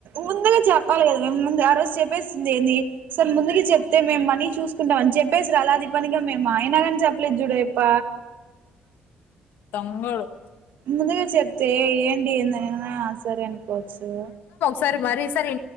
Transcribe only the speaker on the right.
ముందుగా చెప్పాలి కదా మేము ముందు ఆ రోజు చెప్పేసింది ఏంది సార్ ముందుకి చెప్తే మేము మనీ చూసుకుంటాం అని చెప్పేసిరు అలా అది పనిగా మేము ఆయనాగాని చెప్పలేదు చూడయప్ప
ముందుగా చెప్తే ఏంటి ఏందనా సరే అను పచ్చు